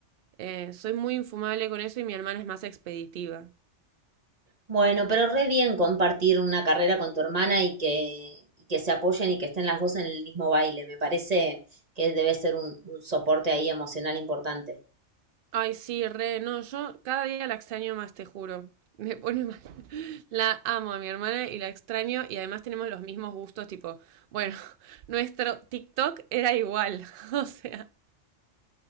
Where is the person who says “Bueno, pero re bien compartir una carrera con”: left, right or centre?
Right